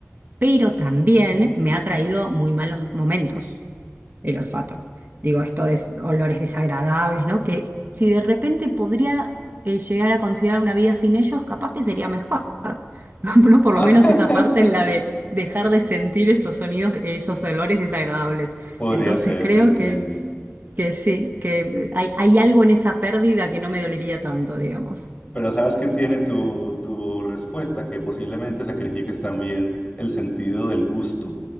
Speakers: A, on the right; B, on the left.
A: pero también me ha traído muy malos momentos el olfato. Digo, esto de s- olores desagradables, ¿no? Que si de repente podría eh, llegar a considerar una vida sin ellos, capaz que sería mejor. <laughs> No, por
B: <laughs>
A: lo menos esa parte, la de dejar de sentir esos sonidos, esos olores desagradables.
B: Podría
A: Entonces
B: ser,
A: creo
B: te entiendo.
A: que, que sí, que hay, hay algo en esa pérdida que no me dolería tanto, digamos.
B: Pero ¿sabes qué tiene tu, tu respuesta? Que posiblemente sacrifiques también el sentido del gusto,